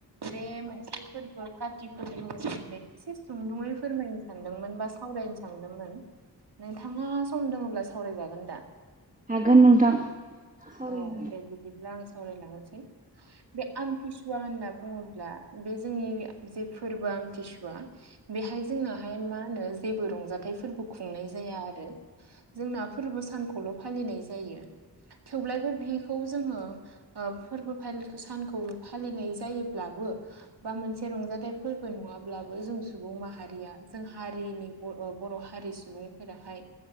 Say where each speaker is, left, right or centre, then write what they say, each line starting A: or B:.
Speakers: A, on the right; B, on the right.
A: बे मोनसे फोरबो काति फोरबोनि सोमोनदै एसे सुंदुङै फोरमायनो सानदोंमोन बा सावराय नो सांदोंमोन नोंथाङा सम दङब्ला सावराय जागोन दा
B: हागोन नोंथां
A: <inaudible>
B: सावरायनो
A: औ दे बिदिब्ला आं सावरायलांनोसै बे आमथिसुवा होनना बुङोब्ला बे जोंनि जे फोरबो आमथिसुवा बेहाय जोंनाहाय मा होनो जेबो रंजाथाइ फोरबो खुंनाय जाया आरो जोंना फोरबो सानखौल फालिनाय जायो थेवब्लाायबो बिखौ जोङो फोरबो फालि सानखौ फालिनाय जायोब्ला बा मोनसे रंजाथाइ फोरबो नङाब्लाबो जों सुबुं माहारिया जों हारिनि बर हारि सुबुंफोराहाय